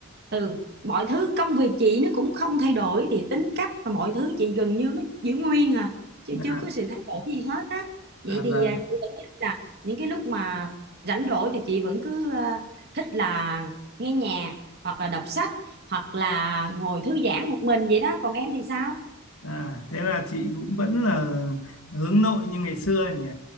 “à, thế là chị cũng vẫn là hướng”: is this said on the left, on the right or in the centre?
Left